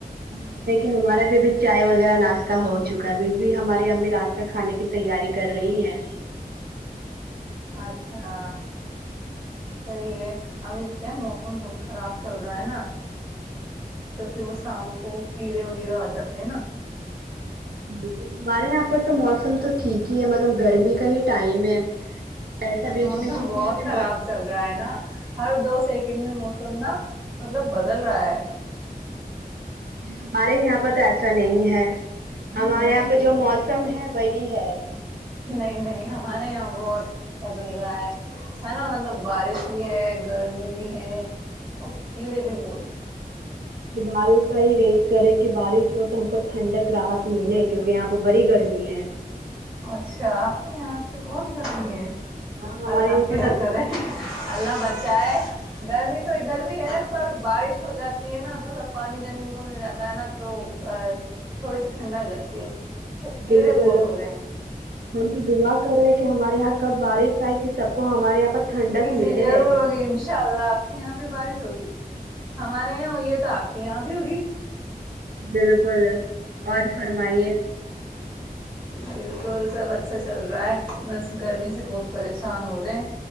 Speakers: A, on the right; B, in the centre.
A: کہ رہے کہ ہمارا بھی ابھی چائے وغیرہ ناشہ ہو چکا ہے بھی ہماری امی رات کا کھانے کی تیاری کر رہی ہے
B: اچھا صی ہے ابھی کیا موسم بہت خراب چل رہا ہے نا تو پھر وہ شام کو کیڑے وغیرہ آ جاتے ہیں نا
A: بالکل ہم ہمار رہے ہیں آپ ب تو موسم تو ٹھیک ہی ہے مطلب گرمی کا ہی ٹائم ہے ایسا بیچ
B: موسم
A: بیچ میں
B: بہت
A: نہیں ہے کہ
B: خراب
A: مو-
B: چل رہا ہے نا ہر دو سیکنڈ میں موسم تم ن مطلب بدل رہا ہے
A: ہمارے یہاں پر تو ایسا نہیں ہے ہمارے
B: نہیں
A: یہاں پہ جو موسم سم ہے وہی ہے
B: نہیں نہیں ہمارے یہاں بہت بدل رہا ہے ہے نا مطلب بارش بھی ہے گرمی بھی ہے اور کیڑے بھی بہت ہیں
A: بارش کا ہی ویٹ کرے کہ بارش ہو تو ہم کو ٹھنڈک رات ملے کیونکہ یہاں پہ بڑی گرمی ہے
B: اچھا آپ کے یہاں پھر بہت گرمی ہے
A: ہاں ہمارے
B: اللہ
A: یہاں
B: خیر
A: پر
B: کرے اللہ بچ کیا ہے گرمی تو ادھر بھی ہے پر بارش ہو جاتی ہے نا تھوڑا سا پانی زمین کو مل جاتا ہے نا تو تھوڑی سی ٹھنڈا ہو جاتی ہے ب کیڑے
A: بالکل
B: بہت ہو رہے ہیں
A: ہم تو دعا کر رہے کہ ہمارے یہاں کب بارش آئے کہ سب کو ہمارے یہاں پر ٹھنڈک
B: جی جی
A: ملے
B: ضرور ہوگی انشاء اللہ آپ کے یہاں بھی بارش ہوگی ہمارے یہاں ہوئی ہے تو آپ کے یہاں بھی ہوگی
A: بالکل اور فرمائیے
B: بالکل سب اچھا چل رہا ہے بس گرمی سے بہت پریشان ہو رہے ہیں